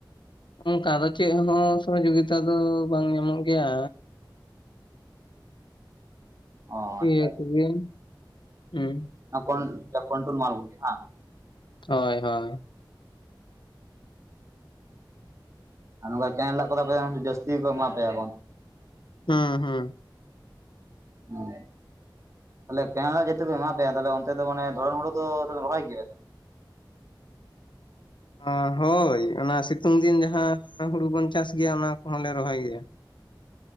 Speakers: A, on the left (about 75°); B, on the right (about 40°).
A: ᱚᱱᱠᱟ ᱫᱚ ᱪᱮᱫ ᱦᱚᱸ ᱥᱚᱦᱳᱡᱳᱜᱤᱛᱟ ᱫᱚ ᱵᱟᱝ ᱧᱟᱢᱚᱜ ᱜᱮᱭᱟ᱾
B: <unintelligible> ᱚ
A: ᱪᱮᱜ
B: ᱟᱪᱪᱷᱟ
A: ᱯᱨᱳᱵᱞᱮᱢ ᱦᱩᱸ᱾
B: ᱛᱚᱠᱚᱱ ᱠᱳᱱᱴᱩᱞ ᱢᱟᱞ ᱠᱚᱜᱮ ᱵᱟ?
A: ᱦᱚᱭ-ᱦᱚᱭᱼᱼ
B: ᱟᱨ ᱱᱚᱝᱠᱟ ᱪᱟᱸᱭᱮ ᱞᱟᱜ ᱠᱚᱛᱟᱯᱮᱭᱟ ᱡᱟᱹᱥᱛᱤ ᱠᱚ ᱮᱢᱟ ᱯᱮᱭᱟ ᱠᱚ᱾
A: ᱦᱩᱸ-ᱦᱩᱸ
B: ᱦᱚᱭ <inaudible> ᱡᱟᱹᱛᱤ ᱠᱚ ᱮᱢᱟ ᱯᱮᱭᱟ ᱛᱟᱦᱞᱮ ᱚᱱᱛᱮ ᱫᱚ ᱢᱟᱱᱮ ᱫᱚᱨᱚᱱ ᱦᱚᱲ ᱫᱚ ᱨᱚᱦᱚᱭ ᱜᱮᱭᱟᱼᱼ
A: ᱦᱚᱸ ᱦᱳᱭ ᱚᱱᱟ ᱥᱤᱛᱩᱝ ᱫᱤᱱ ᱡᱟᱦᱟᱸ ᱦᱩᱲᱩ ᱵᱚᱱ ᱪᱟᱥ ᱜᱮᱭᱟ ᱚᱱᱟ ᱠᱚᱦᱚᱸᱞᱮ ᱨᱚᱦᱚᱭ ᱜᱮᱭᱟ᱾